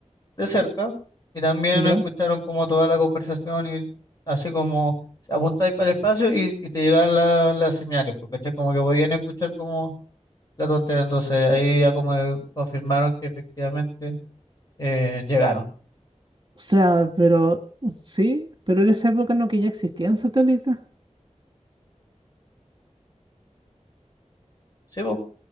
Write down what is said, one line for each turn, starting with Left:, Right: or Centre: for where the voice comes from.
Left: de cerca. Y también
Right: ya.
Left: escucharon como toda la conversación y así como apuntáis para el espacio y, y te llegan la- las señales, porque como que podían escuchar como la tontera. Entonces ahí ya como confirmaron que efectivamente eh, llegaron.
Right: O sea, pero sí, pero en esa época no que ya existían satélites.
Left: Sí, po,